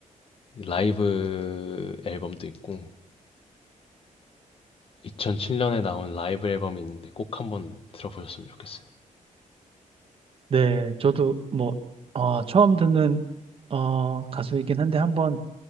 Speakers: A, on the left; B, on the right.
A: 라이브 앨범도 있고, 2007년에 나온 라이브 앨범이 있는데 꼭 한번 들어보셨으면 좋겠어요.
B: 네, 저도 뭐, 어, 처음 듣는, 어, 가수이긴 한데 한번